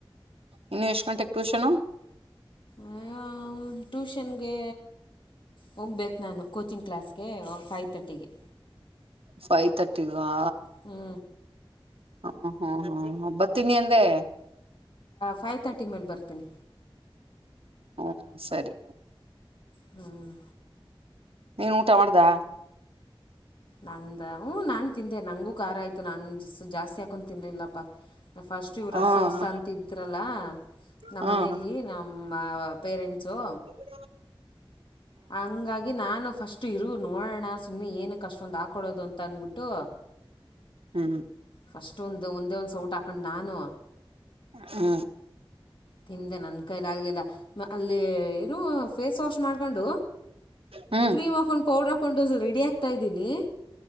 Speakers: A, on the right; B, on the left.
A: ಇನ್ನು ಎಷ್ಟು ಗಂಟೆಗೆ ಟ್ಯೂಷನು.
B: ಅಯ್ಯೋ ಟ್ಯೂಷನ್ಗೆ ಹೋಗ್ಬೇಕ ನಾನು ಕೋಚಿಂಗ್ ಕ್ಲಾಸ್. ಗೆ ಓಕ್ ಫೈವ್ ತರ್ಟಿಗೆ.
A: ಫೈವ್ ತರ್ಟಿವಾ.
B: ಹ್ಞೂ
A: ಹು ಹು ಹು ಬರ್ತೀನಿ ಅಂದೆ.
B: ಫೈವ್ ತರ್ಟಿ ಮೇಲೆ ಬರ್ತೀನಿ
A: ಹ್ಮ್ ಸರಿ
B: ಹು. ಹು
A: ನೀವು ಊಟ ಮಾಡ್ದಾ.
B: ನಂದ ಹು ನಾನ್ ತಿಂದೆ ನಂಗೂ ಖಾರ ಆಯ್ತು ನಾನು ಜಾಸ್ತಿ ಹಾಕೊಂಡು ತಿನ್ಲಿಲ್ಲಪ್ಪಾ. ಫಸ್ಟ್ ಇವ್ರು ರಸಾ
A: ಹ್ಮ್
B: ಹುಸ ಅಂತಿದ್ರಲ್ಲ ನಮ್ಮ
A: ಹ್ಮ್
B: ಮನೇಯಲ್ಲಿ ನಮ್. ಮ್ಮ ಪೇರೆಂಟ್ಸೋ.
A: ಜೋ
B: ಹಂಗಾಗಿ ನಾನು ಫಸ್ಟ್ ಇರು ನೋಡೋಣಾ ಸುಮ್ಮನೆ ಏನು ಕಷ್ಟೊಂದು ಹಾಕೊಡೋದು ಅಂತ ಅಂದಬಿಟ್ಟು.
A: ಹು
B: ಫಸ್ಟ್ ಒಂದು ಒಂದೇ ಒಂದು ಸೌಟ್ ಹಾಕೊಂಡು ನಾನು.
A: ಹು
B: ತಿಂದೆ ನನ್ನ ಕೈಲಾಗಲಿಲ್ಲಾ ಅಲ್ಲಿ ಏನು ಫೇಸ್ ವಾಶ್ ಮಾಡ್ಕೊಂಡು.
A: ಹ್ಮ್
B: ಕ್ರೀಮ್ ಹಾಕೊಂಡು ಪೌಡ್ರ ಹಾಕೊಂಡು ರೆಡಿ ಆಗ್ತಾ ಇದೀನಿ.